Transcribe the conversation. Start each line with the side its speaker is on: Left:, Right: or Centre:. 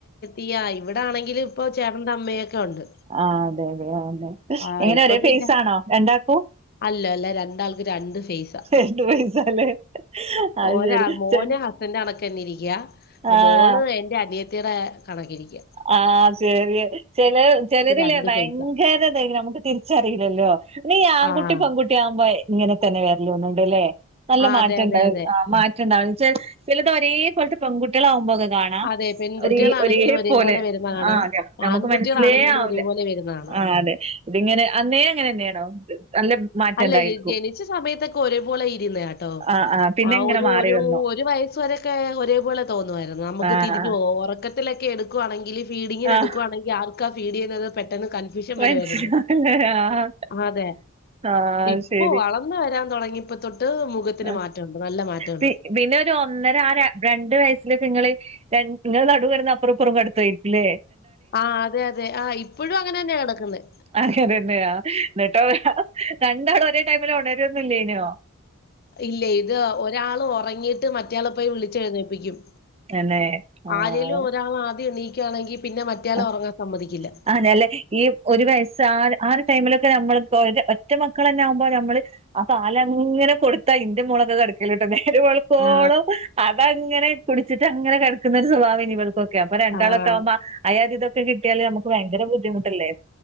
Left: ഇയ്യ ഇവ്ടാണെങ്കില് പ്പൊ ചേട്ടൻ്റെ അമ്മയൊക്കെ ഉണ്ട്.
Right: ആഹ് അതെ അതെ അതെന്നെ
Left: ആഹ്
Right: എങ്ങനെ
Left: ഇപ്പൊ
Right: ഒരേ
Left: പിന്നെ
Right: ഫേസാണോ രണ്ടാക്കൂ.
Left: അല്ല അല്ല രണ്ടാൾക്ക് രണ്ട് ഫേസാ
Right: രണ്ട് ഫേസാല്ലേ അത്
Left: ഒരാൾ മോനാ
Right: ശരി
Left: സ്ന്റെ കണക്കെന്നെ ഇരിക്ക്യ
Right: ആഹ്
Left: മോള് എന്റെ അനിയത്തിടെ കണക്കിരിക്ക്യ.
Right: ആഹ് സെരിയ ചെല ചെലരില്ലേ
Left: രണ്ട്
Right: ഭയങ്കര
Left: ഫേസാ
Right: തായ്ക്ക്ന് നമക്ക്. തിര്ച്ചറിലല്ലോ ന്നീ ആങ്കുട്ടി
Left: ആഹ്
Right: പെങ്കുട്ടി ആകുമ്പയ് ഇങ്ങനെതന്നെ വര്ലോന്ന്ണ്ട് ലേ. നല്ല
Left: ആഹ്
Right: മാറ്റണ്ടഹ്
Left: അതെ അതെ അതെ
Right: ആഹ് മാറ്റുണ്ടാവ്ണ് വെച്ചാൽ ചിലത് ഒരേ പോൽത്തെ പെൺകുട്ട്യളാവുമ്പോക്കെ കാൺ. ആഹ്
Left: അതെ പെൺകുട്ടികളാണെങ്കിലും
Right: ഒരേ ഒരേ
Left: ഒരേപോലെ
Right: പൊലെ
Left: വരുന്ന കാണാം
Right: ആഹ് ഞം ഞമക്ക്
Left: ആൺകുട്ടികളാണെങ്കിലും
Right: മൻസിലേ ആവുല
Left: ഒരേപോലെ വരുന്ന കാണാം
Right: ആഹ്. അതെ തിങ്ങനെ അന്നേ അങ്ങനെന്നേണോ നല്ല മാറ്റം
Left: അല്ല
Right: ഉണ്ടായിരിക്കും
Left: അ് ജനിച്ച സമയത്തൊക്കെ ഒരേപോലെ ഇരുന്നെയ ട്ടോ.
Right: ആഹ് പിന്നെ
Left: ആഹ്
Right: ഇങ്ങനെ
Left: ഒരു
Right: മാറി
Left: ഒരു
Right: വന്നോ
Left: ഒരു വയസ് വരെക്കെ ഒരേപോലെ തോന്നുവായ്രുന്നു നമുക്ക്
Right: ആഹ്
Left: തിരിഞ്ഞു
Right: ആഹ്
Left: ഓ ഒറക്ക ത്തിലൊക്കെ എടുക്കുവാണെങ്കില് ഫീഡിങ്ങിന്
Right: ആഹ്
Left: എടുക്കുവാണെങ്കി ആർക്കാ ഫീഡ് ചെയ്യുന്നത് പെ പെട്ടെന്ന് കൺഫ്യൂഷൻ വരുവായിരുന്നു
Right: മനസ്സിലായില്ലേ ആഹ്
Left: ആതെ.
Right: ആഹ്
Left: ഇപ്പൊ
Right: ശരി
Left: വളർന്നു വരാ തൊടങ്ങിയപ്പോ തൊട്ട് മുഖത്തിന്
Right: ആ
Left: മാറ്റമുണ്ട് നല്ല മാറ്റമുണ്ട്.
Right: പി പിന്നെ ഒരു ഒന്നര ആ രണ്ട് വയസ്സിലൊക്കെ നിങ്ങള് രണ്ടു, ഇങ്ങള് നടുവിൽക്കടന്ന് അപ്പുറം ഇപ്പുറം കിടത്തു ആയിയിരിക്കു ല്ലേ.
Left: ആഹ് അതെ അതെ ആ. ഇപ്പോഴും അങ്ങനെ തന്നെയാ കിടക്കുന്നത്
Right: അങ്ങനെന്നെയാ എന്നിട്ടോ രണ്ടാളും ഒരേ ടൈമില് ഉണരൊന്നു ഇല്ലേനോ.
Left: ഇല്ലേ ഇത് ഒരാള് ഉറങ്ങീയിട്ട് മറ്റയാളെ പോയി വിളിച്ചെഴുന്നേപ്പിക്കും.
Right: തന്നെ ആഹ്
Left: ആരെലും ഒരാള് ആദ്യം എണീക്കുകയാണെങ്കിൽ പിന്നെ മറ്റേയാളെ
Right: ആഹ്
Left: ഉറങ്ങാൻ സമ്മതിക്കില്ല
Right: അങ്ങനെയല്ലേ ഈ ഒരു വയസ്സ് ആഹ് ആഹ് ഒരു ടൈമിലൊക്കെ നമ്മൾ ഒറ്റ മക്കൾ തന്നെ ആകുമ്പോ നമ്മള് ആ പാല് അങ്ങനെ കൊടുത്താ എന്റെ മോളൊക്കെ കടക്കലോട്ടോ നേരം വെ വെളുക്കുവോളം
Left: ആ
Right: അതങ്ങനെ കുടിച്ചിട്ട് അങ്ങനെ കിടക്കുന്നൊരു സ്വഭാവെ നി ഇവൾക്ക് ഓക്കെ. അപ്പൊ രണ്ടാളൊക്കെ
Left: ആ
Right: ആവുമ്പോ ആയതിതൊക്കെ കിട്ടിയാല് നമുക്ക് ഭയങ്കര ബുദ്ധമുട്ടല്ലേ